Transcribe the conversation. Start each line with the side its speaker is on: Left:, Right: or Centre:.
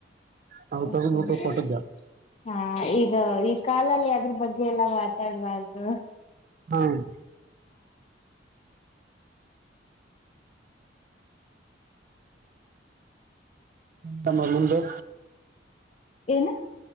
Right: ನಾವು ತೆಗೆದ್ಬಿಟ್ಟು
Left: ಹಾ
Right: ಕೊಟ್ಟಿದ್ದೆ
Left: ಅ ಈ ಕಾಲಲ್ಲಿ ಅದ್ರ ಬಗ್ಗೆ ಎಲ್ಲ ಮಾತಾಡಬಾರ್ದು
Right: ಹ್ಮ್ ಮೇಡ ಮುಂದೆ
Left: ಏನು